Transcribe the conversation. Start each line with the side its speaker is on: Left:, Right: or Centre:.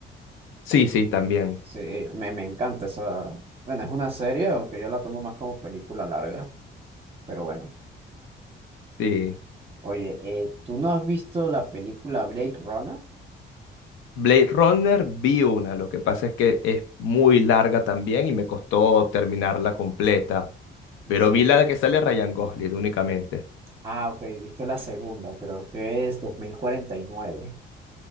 Left: Sí, sí, también.
Right: Sí, me, me encanta esa. Bueno, es una serie, aunque yo la tomo más como película larga, pero bueno.
Left: Sí.
Right: Oye, eh, ¿tú no has visto la película Blade Runner?
Left: Blade Runner vi una, lo que pasa es que es muy larga también y me costó terminarla completa, pero
Right: Sí.
Left: vi la de que sale Ryan Gosling únicamente.
Right: Ah, ok, viste la segunda, creo que es 2049.